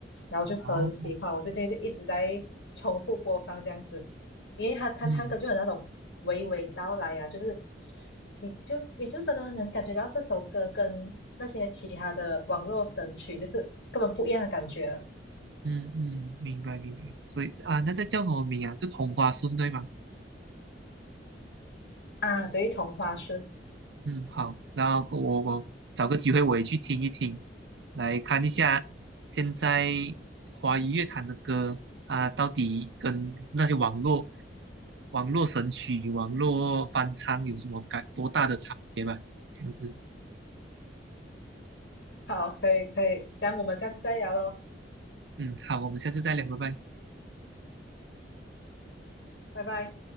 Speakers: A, on the left (about 75°); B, on the right (about 75°).
A: 然后就很喜欢，
B: 哦，
A: 我最近就一直在重复播放这样子。因为他他唱歌就有那种娓娓道来啊，
B: 嗯
A: 就是你就你就真的能感觉到这首歌跟那些其他的网络神曲就是根本不一样的感觉啊。
B: 嗯嗯，明白明白。所以啊，那个叫什么名啊？是同花顺对吗？
A: 啊对，同花顺，
B: 嗯，好，然后我我找个机会我也去听一听，来看一下现在华语乐坛的歌啊，到底跟那些网络网络神曲、网络翻唱有什么感多大的差别吧？这样子，
A: 好，可以可以，这样我们下次再聊喽，
B: 嗯，好，我们下次再聊，拜拜。
A: 拜拜。